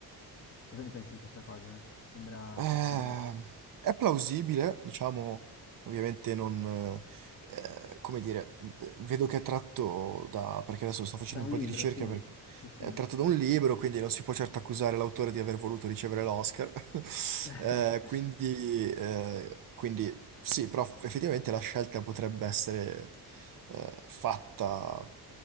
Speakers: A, on the left; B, on the right.
A: Cosa ne pensi di questa cosa? Ti sembra
B: Eh,
A: possibile?
B: è plausibile, diciamo, ovviamente non, eh, come dire, vedo che è tratto da, perché adesso sto facendo
A: Da un
B: un po'
A: libro,
B: di ricerca,
A: sì,
B: perché
A: sì, sì.
B: è tratto da un libro, quindi non si può certo accusare l'autore di aver voluto ricevere l'Oscar. <laughs>
A: <laughs>
B: Eh, quindi, eh, quindi sì, però effettivamente la scelta potrebbe essere, eh, fatta